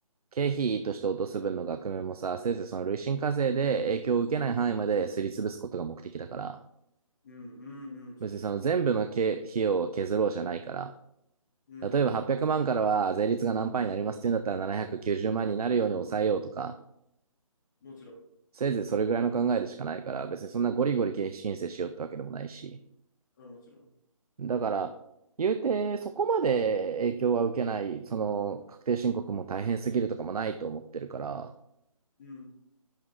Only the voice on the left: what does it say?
うん、うん、うん、そうですね。
うん。
もちろん。
あ、もちろん。
うん。